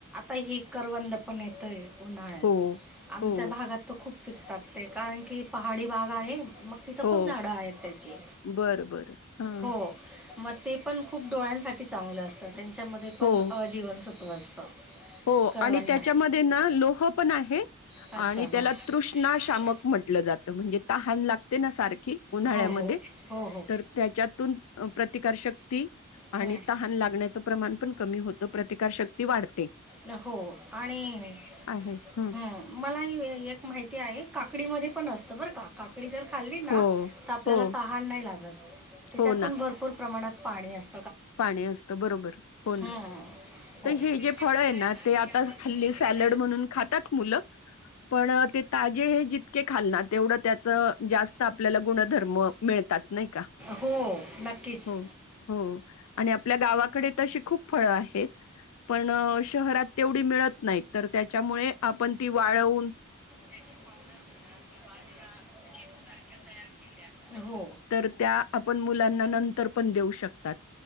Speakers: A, in the centre; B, on the left.
A: आताही करवंद पण येतं आहे उन्हाळ्यात,
B: हो
A: आमच्या
B: हो
A: भागात तर खूप पिकतात ते, कारण की पहाडी भाग आहे मग तिथं
B: हो
A: खूप झाडं आहेत त्याची.
B: बरं बरं हा
A: हो. मग ते पण खूप डोळ्यांसाठी चांगलं असतं, त्यांच्यामध्ये पण
B: हो
A: अजीवनसत्व असतं.
B: हो,
A: करवंदा
B: आणि त्याच्यामध्ये ना लोह पण आहे
A: त्याच्या अच्छा
B: आणि त्याला,
A: हां
B: तृष्णाशामक
A: का शाकाहारी
B: म्हटलं जातं. म्हणजे तहान लागते, ना सारखी उन्हाळ्यामध्ये.
A: हो सवय हो असते हो हो
B: तर त्याच्यातून, प्रतिकार शक्ती आणि
A: हं.
B: तहान लागण्याच प्रमाण पण कमी होतं, प्रतिकारशक्ती वाढत
A: न हो आणि
B: आहे हं.
A: मला ह एक माहिती आहे, काकडी मध्ये पण असतं बरं, का काकडी आकडी जर खाल्ली ना
B: हो,
A: तर, आपल्याला
B: हो,
A: तहान नाही, लागत त्याच्यात
B: हो ना.
A: पण भरपूर प्रमाणात पाणी असत.
B: पाणी असत बरोबर हो ना
A: हं, हो
B: तर
A: आणि
B: हे जे फळ
A: फळं
B: आहे
A: आहेत
B: ना. ते आता
A: ना,
B: खल्ली
A: ही
B: सॅलड म्हणून खातात मुलं. पण ते ताजे हे जितके खाल ना तेवढं त्याच जास्त आपल्याला गुणधर्म मिळतात नाही का
A: हो नक्कीच
B: हो हो. आणि आपल्या गावाकडे तशी खूप फळं आहेत. पण शहरात तेवढी मिळत नाही तर त्याच्यामुळे आपण ती वाळवून
A: त्या पाडर म्हणा किंवा अशा चिप्स सारख्या तयार तयार केल्या हो.
B: तर त्या आपण मुलांना नंतर पण देऊ शकतात.